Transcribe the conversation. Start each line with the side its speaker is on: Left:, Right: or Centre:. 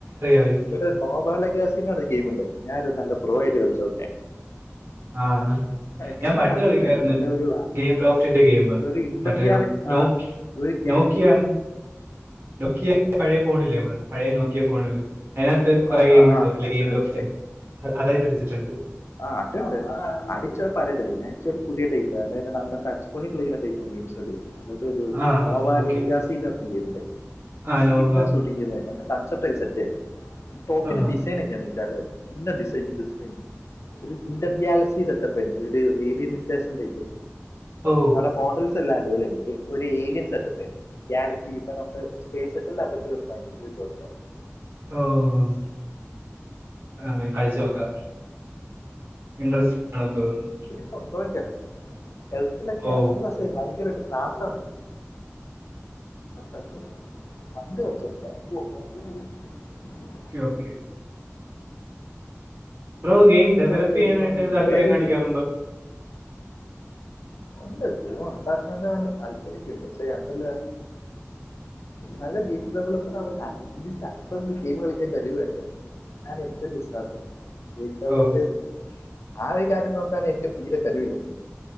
Right: അറിയാം
Left: ഇവടെ ഗോബാല ഗാസിനോ പർണ ഗെയിമ് ഇണ്ട് ഞാ അത് നല്ല പ്രൊ ആയിട്ട് കൾച്ചോട്ടെ
Right: ആഹ്
Left: പിന്നെ
Right: ഞാൻ പണ്ട്
Left: കൺസെപ്റ്റ്
Right: കളിക്കാര്ന്ന്
Left: ഉണ്ട് മറ്റേ ഒരു
Right: ഗെയിം ലോഫ്റ്റിന്റെ ഗെയിമ്
Left: ഒരു ഇന്റർ
Right: മറ്റേ
Left: ഗ്യാല ആ
Right: നോ
Left: ഒരു ഗ്യാ
Right: നോക്കിയാം നോക്കിയ പഴെ ഫോണില്ലെ നമ്മ്ടെ പഴെ നോക്കിയ ഫോണ്കൾ അതിന് അകത്ത് കൊറെ
Left: ആ
Right: ഗെയിംമുകെൾ
Left: ആ
Right: ഇണ്ട്
Left: ആ
Right: ഇല്ലെയ്
Left: മനസ്സിലായി
Right: ഗെയിമ് ലോസ്റ്റ്
Left: മനസ്സിലായി
Right: ഇണ്ട് അത് അതായി ലഭിച്ചിട്ട് ഇണ്ട്
Left: ആ അത്ണ്ട് അടിച്ചത് പഴയ ടൈപ്പ് ഞാൻച്ചൂട പുതിയ ടയിപ്പ് നമ്മുടെ ടച് ഫോണി കളിക്കണ ഗെയിംസ് ഇവടൊരു
Right: ആഹ്
Left: നോവാ
Right: ഓക്കെ
Left: യൂണി യാസീനർഞ്ഞ പേര്ണ്ടായിരുന്നു.
Right: ആഹ് നോവ
Left: പിന്നത് <unintelligible> കൺസെപ്റ്റ് ഒരു സെറ്റ് ടോപ്പിന്
Right: ആഹ്
Left: ഡിസൈൻ ഒക്കെയാ നക്കാല് പിന്നെ ഡിസൈൻ ഡിസൈൻ ഒര് ഇന്റെർഗാലക്സി സെറ്റപ്പ് എയ്ര്ന്നു ഒര് ഏലിലിമിറ്റേഷെൻ ടൈപ്പ്
Right: ഓ
Left: അവ്ടെ മോഡെൽ തെല്ലാം അടി പേളിയാര്ന്ന് ഒരുഏലിയൻ സെറ്റപ്പ് ഗാലക്സി ഇപ്പൊ നമ്മള് സ്പേസ്സെട്ട അറ്റത്ത് <unintelligible>
Right: ഓഹ് അതാ വേം കൾച്ച് നോക്കാം ഇൻട്രസ്റ്റ് ആണെന്ന് തോന്നുന്നു
Left: പ്പൊണ്ടോ എൻക്കറീല ഹെൽത്ത്ലെക്കെ
Right: ഓ
Left: <unintelligible> ഭയങ്കരമായിട്ട് ക്ളാസ് <unintelligible> കളിച്ച പണ്ട് കളിച്ച <unintelligible>
Right: ക്കെ ഓക്കെ ബ്രോ ഗെയിം
Left: ഇപ്പം
Right: ഡെവലപ്പ്
Left: മറ്റേ
Right: യ്യാനായിട്ട്
Left: ഇപ്പം
Right: താൽപര്യം
Left: വേറൊരു
Right: കാണിക്കാറുണ്ടോ
Left: ഗെയിം ഇപ്പം ഉണ്ട് ജീവം ഉണ്ടാക്കാ നല്ല താൽപര്യൊക്കേണ്ട് പക്ഷേ അതല്ല നല്ല ഗെയിം <unintelligible> ഗെയിം കളിക്കാൻ കഴിവ് വേണ്ടേ ഞൻ എന്റെ വിശ്വാസം ന്റെഉള്ള്ത്തിസ്
Right: ഓ ഓ
Left: ആ ഒരു കാര്യം നോക്കാൻ എനിക്ക് തീരെ കരുവില്ല